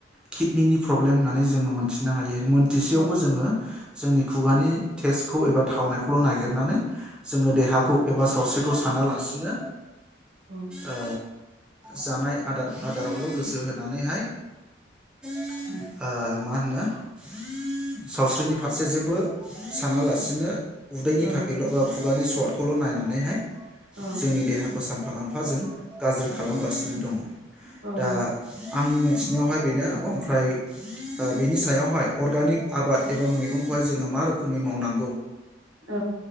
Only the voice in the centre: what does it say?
किडनिनि प्रबेम होननानै जोङो मोनथिदों। थिनो हायो। मोनथिसेयावबो
जोङो। जोंनि खुगानि टेस्टखौ एबा थावनायखौल नागिरनानै जोङो देहाखौ एबा सावस्रिखौ सानालासिनो
औ। जानाय आदार आदारावल गोसो होनानैहाय <inaudible>
ओ मा होनो सावस्रिनि फारसे जेबो सानालासिनो उदैनि
थाखायल' बा मुगानि सवटखौल' नायनानैहाय।
जोंनि देहाखौ सान। खांफा गांफाजों गाज्रि खालामगासिनो दङ।
दा। आंनि मोन यावहाय बेनो आब ओमफ्राय बेनि सायावहाय अर्गानि आदबा मैगंखौहाय जोङो मा रोखोमै मावनांगौ।